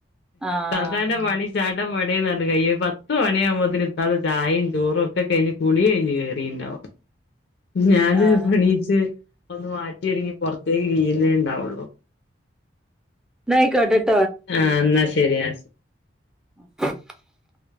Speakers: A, in the centre; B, on the left.
A: ആഹ്
B: താത്താന്റെ പണി ചടംപടെന്ന് പറഞ്ഞു കഴിയും പത്ത് മണിയാകുമ്പോത്തിനും ഇത്താതെ ചായയും ചോറും ഒക്കെ കഴിഞ്ഞു കുളി കഴിഞ്ഞ് കെറിണ്ടാവും ഞാൻ
A: ആഹ്
B: ചെൽപോ ഒന്ന് മാറ്റിരിങ്ങി പുറത്തേക്ക് കീയുന്നെ ഉണ്ടാവുള്ളു
A: ന്നായിക്കോട്ടെ
B: ആഹ് എന്നാ ശരിയാ
A: <inaudible>